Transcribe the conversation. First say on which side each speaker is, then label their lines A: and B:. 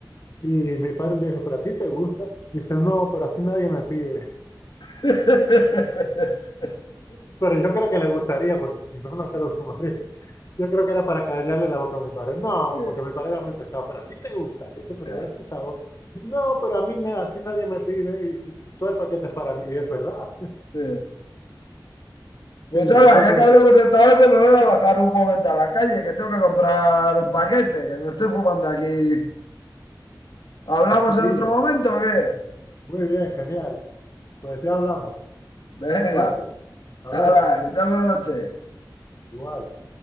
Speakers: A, on the left; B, on the left.
A: Y mi padre le dijo, ¿pero a ti te gusta? Dice, no, pero así nadie me pide.
B: <laughs>
A: <laughs> Pero yo creo que le gustaría, porque si no, no se lo fumaría. Yo creo que era para callarle la boca a mi padre. No,
B: Sí,
A: porque mi padre era muy pesado, pero a ti te gusta eso, pero
B: ya,
A: ese sabor. No, pero a mí na- así nadie me pide y, y todo el paquete es para mí. Y es verdad. <laughs>
B: sí. Pues
A: Sí,
B: ahora,
A: no me
B: ya
A: acuerdo
B: que hablamos
A: que
B: de tabaco, me voy a bajar un momento a la calle, que tengo que comprar un paquete, que me estoy fumando aquí. ¿Hablamos
A: las colillas.
B: en otro momento o qué?
A: Muy bien, genial. Pues ya hablamos.
B: Venga,
A: Suerte. Hasta
B: hala,
A: luego.
B: que tal buena noche.
A: Igual.